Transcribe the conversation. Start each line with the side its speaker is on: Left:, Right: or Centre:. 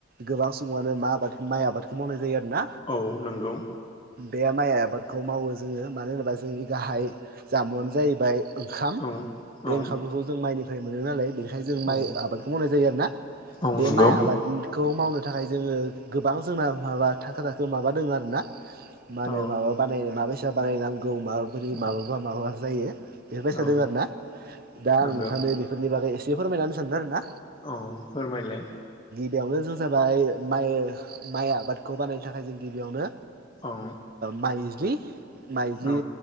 Right: गोबां समावानो मा आबाद माइ आबादखौ मावनाय जायो आरो ना
Left: औ नंगौ
Right: बे माइ आबादखौ मावो जोङो मानो होनोबा जोंनि गाहाय जामुआनो जाहैबाय ओंखाम
Left: औ
Right: बे
Left: औ
Right: ओंखामफोरखौ जों माइनिफ्राय मोनो नालाय बे खाय जों माइ
Left: औ
Right: आबादखौ मावनाय जायो आरोना
Left: औ
Right: बे
Left: नंगौ
Right: माइ आबादखौ मावनो थाखाय जोङो गोबां जोंना माबा थाखो थाखो माबा दङ आरोना मा
Left: औ
Right: होनो माबा बानाय माबायसा बानायनांगौ माबाबोरै
Left: औ
Right: माबा माबा जायो बेफोरबायसा
Left: औ
Right: दों आरोना दा आं
Left: नंगौ
Right: नोंथांनो बेफोरनि बागै एसे फोरमायनानै होनो सानदों आरो ना
Left: औ फोरमायलाय
Right: बेयावनो जों जाबाय माइ माइ आबादखौ बानायनो थाखाय जों गिबियावनो
Left: औ
Right: माइज्लि माइज्लि
Left: औ